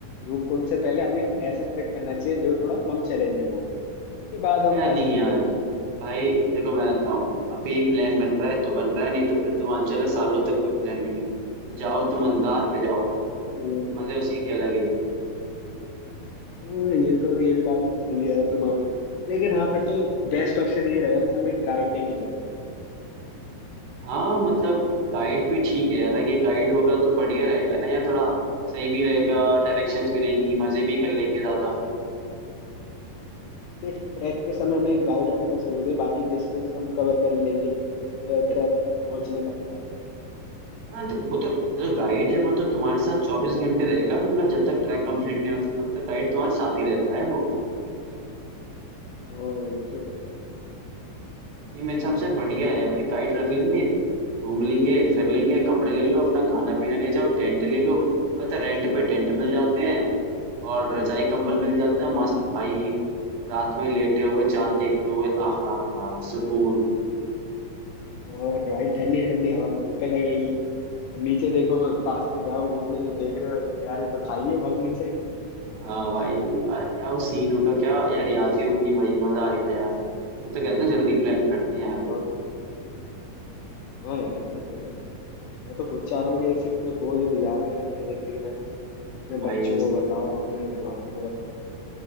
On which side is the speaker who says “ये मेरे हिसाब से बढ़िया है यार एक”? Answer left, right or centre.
Right